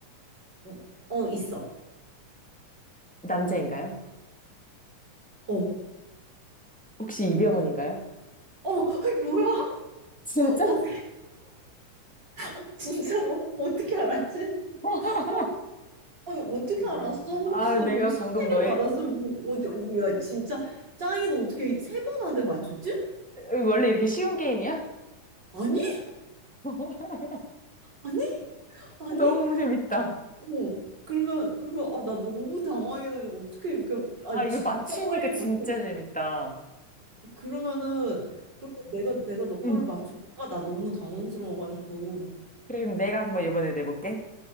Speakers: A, on the right; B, in the centre.
A: 어, 어, 있어.
B: 남자인가요?
A: 어.
B: 혹시 이병헌인가요?
A: 어, 아이, 뭐야?
B: 진짜?
A: <laughs> 어, 진짜로 어떻게 알았지?
B: <laughs>
A: 어, 아니, 어떻게 알았어? 혹시
B: 아,
A: 뭐
B: 내가
A: 시혜림
B: 방금 너의,
A: 받았어? 뭐 어디 뭐야 진짜 짱이도 어떻게 세 번 안에 맞췄지?
B: 어, 원래 이렇게 쉬운 게임이야?
A: 아니?
B: <laughs>
A: 아니? 아니?
B: 너무 재밌다.
A: 어 그러면 그러면 아 나 너무 당황해가지고 어떻게 이렇게 아
B: 아, 이거
A: 진짜
B: 맞추니까
A: 빨리
B: 진짜
A: 맞춰
B: 재밌다.
A: 그러면은 그러면 내가 내가 너 거를
B: 응.
A: 맞출까? 나 너무 당황스러워가지고
B: 그럼 내가 한번 이번에 내볼게.